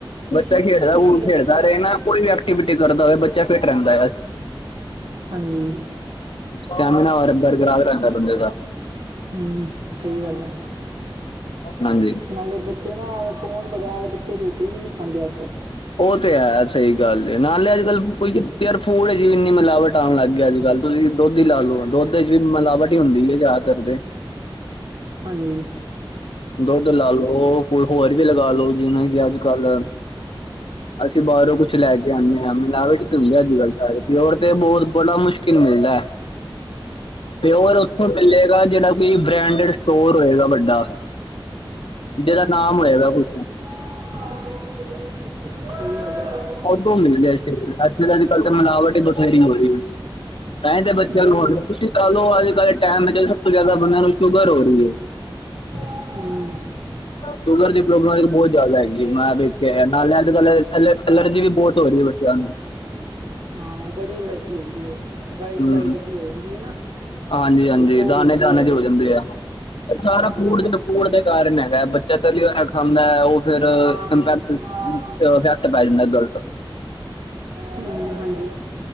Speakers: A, on the left; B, on the right.
A: ਬੱਚਾ
B: ਇਸੀ
A: ਖੇਡਦਾ,
B: ਇਸੀ ਗੱਲੋਂ
A: ਖੇਡਦਾ
B: ਜ਼ਿਆਦਾ
A: ਰਹੇ ਨਾ। ਕੋਈ ਵੀ ਐਕਟੀਵਿਟੀ, ਕਰਦਾ ਹੋਵੇ। ਬੱਚਾ ਫਿੱਟ ਰਹਿੰਦਾ ਹੈ।
B: ਹਾਂਜੀ।
A: ਸਟੈਮਿਨਾ, ਬਰਕਰਾਰ ਰਹਿੰਦਾ, ਬੰਦੇ ਦਾ।
B: ਹੂੰ ਸਹੀ ਗੱਲ ਹੈ
A: ਹਾਂਜੀ।
B: ਨਾਲੇ ਬੱਚੇ ਨਾ। ਫੋਨ ਵਗੈਰ, ਬੱਚੇ ਰੋਟੀ ਵੀ, ਨਹੀਂ ਖਾਂਦੇ ਅੱਜ ਕੱਲ।
A: ਉਹ ਤੇ ਹੈ, ਸਹੀ ਗੱਲ ਏ। ਨਾਲੇ ਅੱਜ ਕੱਲ ਕੋਈ ਪੇਅਰ ਫੂਡ ਚ, ਇੰਨੀ ਮਿਲਾਵਟ ਆਉਣ ਲੱਗ ਗਈ, ਅੱਜ ਕੱਲ। ਤੁਸੀਂ ਦੁੱਧ ਹੀ ਲਾ ਲੋਓ। ਦੁੱਧ ਚ ਵੀ, ਮਿਲਾਵਟ ਹੀ ਹੁੰਦੀ ਹੈ। ਜ਼ਿਆਦਾਤਰ ਤੇ।
B: ਹਾਂਜੀ।
A: ਦੁੱਧ ਲਾ ਲੋੋ। ਕੋਈ ਹੋਰ, ਵੀ ਲਗਾ ਲੋ, ਜਿਵੇਂ ਕਿ ਅੱਜ ਕੱਲ। ਅਸੀਂ ਬਾਹਰੋਂ, ਕੁਛ ਲੈ ਕੇ ਆਉਂਦੇ ਹਾਂ। ਮਿਲਾਵਟ ਤੇ ਹੁੰਦੇ ਆ ਅੱਜ ਕੱਲ। ਸਾਰੇ ਪਿਓਰ ਤੇ, ਬਹੁਤ ਬੜਾ ਮੁਸ਼ਕਿਲ। ਮੁਸ਼ਕਲ ਮਿਲਦਾ ਏ। ਤੇ ਹੋ ਉੱਥੋਂ। ਮਿਲੇਗਾ ਜਿਹੜਾ ਕੋਈ, ਬ੍ਰੈਂਡਡ ਸਟੋਰ ਹੋਏਗਾ ਵੱਡਾ। ਜਾ, ਜਿਦਾ ਨਾਮ ਹੋਏਗਾ, ਕੁਛ।
B: <unintelligible> ਸ ਅਗਰ <unintelligible>
A: ਟੋ ਮਿਲਜ ਅਜ ਕਲ ਤਾਂ ਮਨੂੰ, ਆਵ ਹੀ ਬ ਉਠਾਈ ਰਹੀ <unintelligible> ਤਾਂਹੀ ਤੇ,
B: ਹੈ
A: ਬੱਚਿਆਂ
B: ਬੜੀ
A: ਨੂੰ ਹੋ, ਰਿ ਤੁਸੀਂ ਚ ਲੋ ਅੱਜ ਕੱਲ ਟੇਮ ਵੀਚ, ਸਭ ਤੋਂ ਜ਼ਿਆਦਾ ਬੰਦਿਆਂ, ਨੂੰ ਸ਼ੂਗਰ ਹੋ ਰਹੀ ਹੈ।
B: ਹੂੰ।
A: ਸ਼ੂਗਰ ਦੀ ਪ੍ਰੋਬਲਮ, ਬਹੁਤ ਜ਼ਿਆਦਾ ਹੈਗੀ ਏ। ਮੈਂ ਵੇਖਿਆ, ਨਾਲੇ ਅੱਜ ਕੱਲ ਇਕੱਲੇ। ਐਲਰਜੀ ਵੀ, ਬਹੁਤ ਹੋ ਰਹੀ ਹੈ। ਬੱਚਿਆਂ ਨੂੰ।
B: ਹੂੰ। ਹਾਂ। ਬੜੀ ਐਲਰਜੀ ਹੁਣੀ ਏ। ਵਾਈਟ, ਵਾਈਟ
A: ਹਮ,
B: ਜਿਹੀ ਹੋ ਜਾਂਦੀ ਹੈ ਨਾ।
A: ਹਾਂਜੀ- ਹਾਂਜੀ,
B: ਇੱਕ ਹੋ
A: ਦਾਨੇ-
B: ਜਾਂਦੀ
A: ਦਾਨੇ,
B: ਹੈ
A: ਜੇ ਹੋ ਜਾਂਦੇ ਆ। ਸਾਰਾ
B: ਹਮ
A: ਫੂਫ ਜ- ਫੂਡ ਦੇ ਕਾਰਨ ਹੈਗਾ। ਬੱਚਾ ਤਲਿਆ ਹੋਇਆ ਖਾਂਦਾ ਉਹ। ਫਿਰ
B: ਹਾਂ
A: ਇੰਪੈਕਟ ਇਫੈਕਟ ਪੈ ਜਾਂਦਾ ਗਲਤ
B: ਹਮ ਹਾਂਜੀ